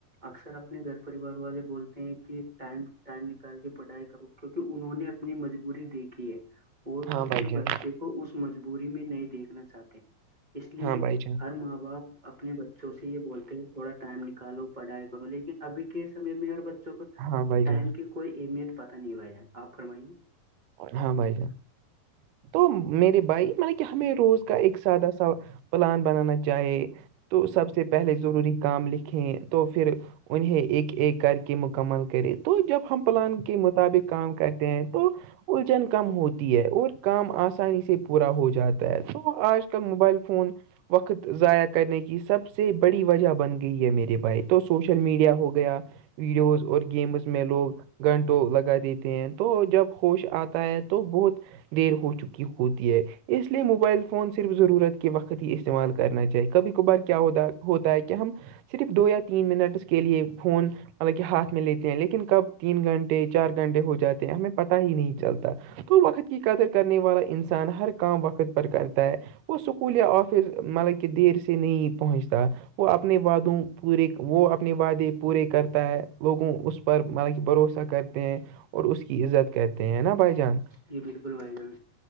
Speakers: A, on the right (about 30°); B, on the right (about 70°).
A: اکثر اپنے گھر پریوار والے بولتے ہیں کہ ٹائم ٹائم نکال کے پڑھائی کرو کیونکہ انہوں نے اپنی مجبوری دیکھی ہے اور وہ
B: ہاں
A: اپنے
B: بھائی جان
A: بچے کو اس مجبوری میں نہیں دیکھنا چاہتے اس لیے
B: ہاں بھائی جان
A: ہر ماں باپ اپنے بچوں سے یہ بولتے ہیں تھوڑا ٹائم نکالو پڑھائی کرو لیکن ابھی کے سمے میں اور بچوں کو
B: ہاں بھائی
A: ٹائم
B: جان
A: کی کوئی اہمیت پتا نہیں بھیجآن آپ فرمائیے
B: ہاں بھائی جان تو میرے بھائی مطلب کہ ہمیں روز کا ایک سادہ سا پلان بنانا چاہے تو سب سے پہلے ضروری کام لکھیں تو پھر اونہے ایک ایک کر کے مکمل کریں تو جب ہم پلان کے مطابق کام کرتے ہیں تو کم ہوتی ہے اور کام آسانی سے پورا ہو جاتا ہے تو آج کل موبائل فون وقت ضائع کرنے کی سب سے بڑی وجہ بن گئی ہے میرے بھائی تو سوشل میڈیا ہو گیا ویڈیوز اور گیمس میں لوگ گھنٹوں لگا دیتے ہیں تو جب حوش آتا ہے تو بہت دیر ہو چکی ہوتی ہیں اس لیے موبائل فون صرف ضرورت کے وقت ہی استعمال کرنا چاہیے کبھی کبھار کیا ہو ہوتا ہے کہ ہم صرف دو یا تین منٹ سے کے لیے فون مطلب کہ ہاتھ میں لیتے ہیں لیکن کب ت گھنٹے چار گھنٹے ہو جاتے ہیں ہمیںں پ نہیں چلتا تو وقت کی قدر کرنے والا انسان ہر کام وقت پر کرتا ہے وہ اسکول یا آفس مطلب کہ دیر سے نہیں پہنچتا وہ اپنے وعدوں پورے وہ اپنے وعدے پورے کرتا ہے لوگوں اس پر مانا کہ بھروسہ کرتے ہیں اور اس کی عزت کرتے ہیں نا بھائی جان
A: جی بالکل بھائی جان